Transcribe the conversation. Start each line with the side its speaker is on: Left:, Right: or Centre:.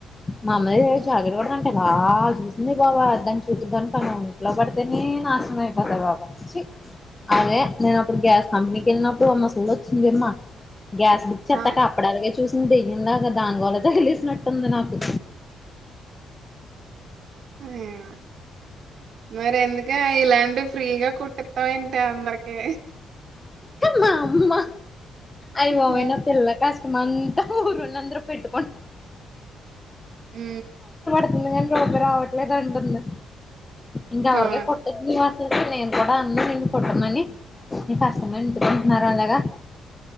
Left: మామ్మలు
Right: హుహు.
Left: జాగ్ర ఎలా చూసింది బాబా అద్దాని చూసిద్దాని కాన్నాం ఇంట్లో పడితేనే నాశనం అయిపోతాయి బాబా అదే నేను అప్పుడు గ్యాస్ కంెనీకి వెళ్ళినప్పుడు అమ్మ చూడచ్చ మ్మా గ్యాస్ బుక్ అత్త
Right: ఆ
Left: కాపడాలాగా చూసి తెయ్యందాగా దానిగోళ తగిలిసినట్టుంది నాకు
Right: ఆ మరి ఎందుక ఇలాంటివి ఫ్రీగా కుట్టేస్తావు ఏంటి అందరికి
Left: మా అమ్మ అవి బామయినా
Right: హ్మ్.
Left: తెిల్ల కాష్ట మంతా ఊరున్న అంద్ర పెట్టుకుారు
Right: హ
Left: రొబ్బ రావట్లే ఇది ఇంకావర్గ
Right: అవును.
Left: కొట్టవా కూడా అన్న నిేను పుట్టమని న కష్టమని ఎంంటుకుంటున్నారు అలాగా